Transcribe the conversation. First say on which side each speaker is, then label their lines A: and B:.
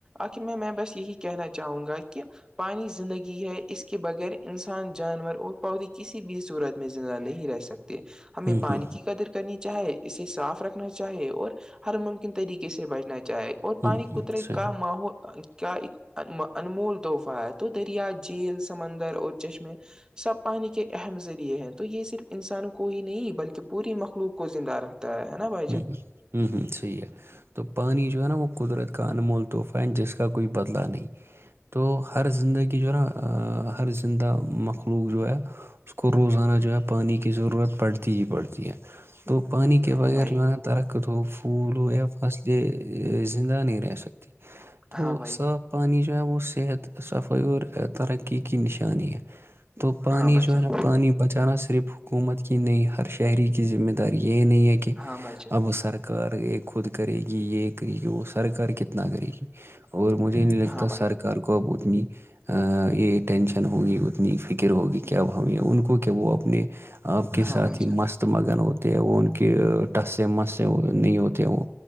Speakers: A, on the right; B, on the right.
A: آخر میں میں بس یہی کہنا چاہوں گا کہ پانی زندگی ہے اس کے بغیر انسان جانور اور پودے کسی بھی صورت میں زندہ نہیں رہ سکتا ہمیں
B: ہوں
A: پانی
B: ہوں
A: کی قدر کرنی چاہے اسے صاف رکھنا چاہے اور ہر ممکن طریقے سے بچنا چاہے اور پانی
B: ہوں ہوں
A: کترے
B: صحیح
A: کا ماحول کیا ان انمول تحفہ ہے تو دریا جھیل سمندر اور چشمے سب پانی کے اہم ذریعے ہیں تو یہ صرف انسان کو کوئی نہیں بلکہ پوری مخلوق کو زندہ رکھتے <unintelligible>
B: ہ ہوں ہوں صحیح ہے تو پانی جو ہے نا وہ قدرت کا انمول تحفہ ہے جس کا کوئی بدلا نہیں تو ہر زندگی جو ہے نا ہر زندہ مخلوق جو ہے اس کو روزانہ جو ہے پانی کی ضرورت پڑتی ہی پڑتی ہے تو پانی کے
A: ہاں
B: بغیر
A: بھائی
B: جو ہے درخت ہو پھول ہو یا فصلے زندہ نہیں رہ سکتی تو
A: ہاں بھائی
B: صاف پانی جو ہے وہ صحت صفائی اور ترقی کی نشانی ہے تو پانی
A: ہاں بھائی
B: جو
A: جان
B: ہے نا پانی بچانا صرف حکومت کی نہیں ہر شہری کی ذمہ داری یہی نہیں ہے کہ
A: ہاں بھائی جان
B: اب سرکار یہ خود کرے گی یہ کرے گی وہ سرکار کتنا کرے گی اور مجھے نہیں لگتا
A: ہاں بھائی
B: سرکار کو اب اتنی ا یہ ٹینشن ہوگی اتنی فکر ہوگی کہ اب ہمیں ان کو کیا وہ اپنے آپ کے
A: ہاں
B: ساتھ
A: بھائی
B: ہی
A: جان
B: مست مگن ہوتے ہیں وہ ان کے ٹسے مس سے نہیں ہوتے ہیں وہ